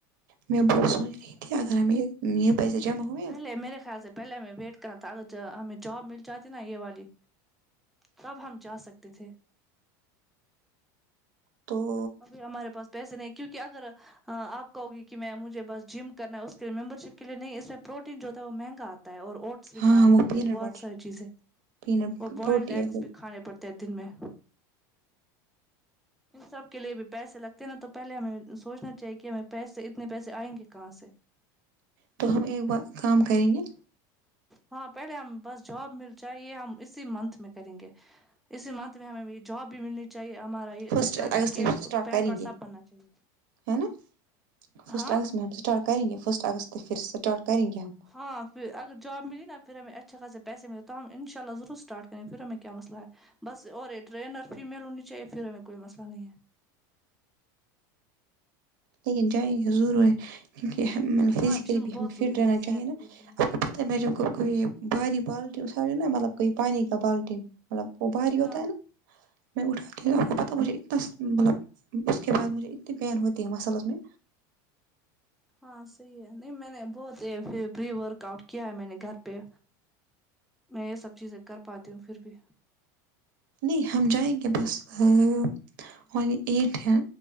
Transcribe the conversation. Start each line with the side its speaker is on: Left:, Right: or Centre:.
Right: میں بہت سوچ رہی تھی اگر ہمیں نیت پیسے جمع ہو
Centre: پہلے میرے خیال سے پہلے ہمیں ویٹ کرنا تھا اگر ج ہمیں جاب مل جاتی نا یہ والی تب ہم جا سکتے تھے
Right: تو
Centre: ابھی ہمارے پاس پیسے نہیں کیونکہ اگر ہاں آپ کہوگی کہ میں مجھے بس جم کرنا ہے اس کے لممبر شپ کے لیے نہیں اس میں پروٹین جو ہوتا ہے وہ مہنگا آتا اور اوٹس بھی
Right: ہاں
Centre: کھانے
Right: وہ
Centre: پڑتے
Right: پینٹ
Centre: ہیں بہت
Right: بٹر
Centre: ساری چیزیں
Right: پینٹ
Centre: اور بوائلڈ
Right: پروٹین
Centre: ایگس بھی کھانے پڑتے دو دن میں ان سب کے لیے بھی پیسے لگتے ہیں نا تو پہلے ہمیں سوچنا چاہیے کہ ہمیں پیسے اتنے پیسے آئیں گے کہاں سے
Right: تو ہم ایک بار کام کریں گے
Centre: ہاں پہلے ہم بس جاب مل جائے یہ ہم اسی منتھ میں کریں گے اسی منتھ میں ہمیں بھی جاب بھی ملنی چاہیے ہمارا یہ
Right: first
Centre: certificate
Right: August start
Centre: PAN
Right: کریں
Centre: card
Right: گے
Centre: سب بننا چاہیے
Right: ہے نا فرسٹ
Centre: ہاں
Right: اگست میں ہم اسٹارٹ کریں گے فرسٹ اگست ت پھر اسٹارٹ کریں گے ہم
Centre: ہاں پھر اگر جاب ملی نہ پھر ہمیں اچھے خاصے پیسے مل تو ہم انشا اللہ ضرور اسٹارٹ کر پھر ہمیں کیا مسلہ ہے بس اور یہ ٹرینر فیمیل ہونی چاہیے پھر ہمیں کوئی مسئلہ نہیں ہے
Right: لیکن جائیں گے ضرور کیونکہ ہمیں
Centre: ہے
Right: فیزکلی
Centre: ہاں جم
Right: بھی
Centre: بہت
Right: ہمیں
Centre: ضروری
Right: فٹ رہنا
Centre: ہے صحت
Right: چاہی نہ
Centre: بہت ضروری ہے
Right: پتہ میں جو کام کری بھاری بالٹی اٹھاری نہ مطلب کوئی پانی کا بالٹی مطلب وہ بھاری
Centre: ہاں
Right: ہوتا ہے نا میں اٹھاتی ہوں آپ کو پتا مجھے اتنا سوکوں ملا اس کے بعد مجھے اتنی پین ہوئی دی مصالز میں
Centre: ہاں صحیح ہے نہیں میں نے بہت ایف پری ورک آؤٹ کیا ہے میں نے گھر پہ میں یہ سب چیزیں کر پاتی ہوں پھر بھی
Right: نہیں ہم جائیں گے بس ہم ٹوئنٹی ایٹ ہے